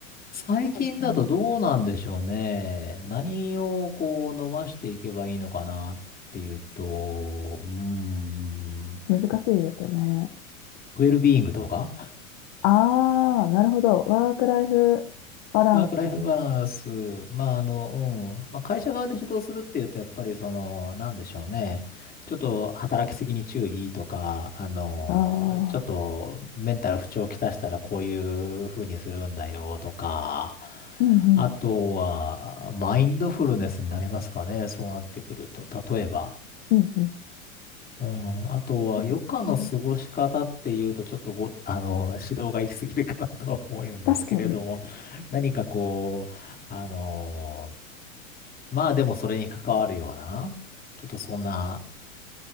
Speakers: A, on the left; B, on the left.
A: 最近だとどうなんでしょうね。
B: そうですよね。
A: 何をこう伸ばしていけばいいのかなっていうと、うーん、ウ
B: 難しいですよね。
A: ェルビーイングとか
B: ああ、なるほど。ワークライフバランス。
A: ワークライフバランス、まあ、あの、うん。まあ、会社側で指導するっていうと、やっぱりその、なんでしょうね。ちょっと働きすぎに注意とか、あの、
B: あ
A: ちょっとメンタル不調をきたしたらこうい
B: あ、
A: う風にするんだよとか、
B: うんうん、
A: あとは、マインドフルネスになりますかね。そうなってくると。例えば、
B: うんうん。
A: うん、あとは、
B: そうですね
A: 余暇の過ごし方っていうと、ちょっとご、あの、指導が行き過ぎるかなとは思うんですけれども、
B: 確かに。
A: 何かこう、あの、まあでもそれに関わるような、ちょっとそんな、